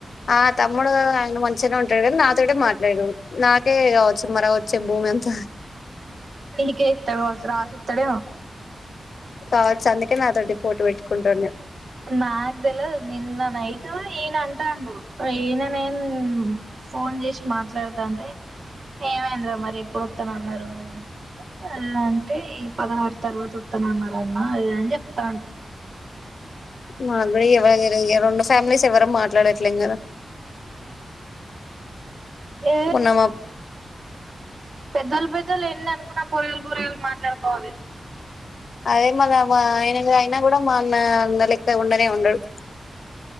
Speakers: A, on the left; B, on the right.
A: ఆ తమ్ముడు ఆయన మంచిగానే ఉంటాడు కానీ నాతోటే మాట్లాడు నాకే కావచ్చు మర వచ్చే భూమి అంత
B: మీకే ఇతేస్రా రాశ తడ
A: కావచ్చు అందుకే నాతోది పోటు పెట్టుకుంటా ఉండు
B: నాకు తెలదు నిన్న నైట్ ఈయన అంటాడు ఈయన నేను ఫోన్ చేసి మాట్లాడదా అంటే ఏమైందిరా మరి ఎప్పుడు వస్తాన అన్నారు అ అంటే ఈ పదహారు తర్వాత వస్తాన అన్నారు అన్న చెప్తాంట
A: మాగుడ ఎవరిర రెండు ఫ్యామిలీస్ ఎవరం మాట్లాడట్లేం కదా
B: ఏ
A: మొన్న మా
B: పెద్దలు పెద్దలు ఎన్ని అనుకున్న పొరయలు పొరలు మాట్లాడుకోవాలి
A: అదే మన మా ఆయన అయినా కూడా మా అన్న అంద లెక్క ఉండనే ఉండడు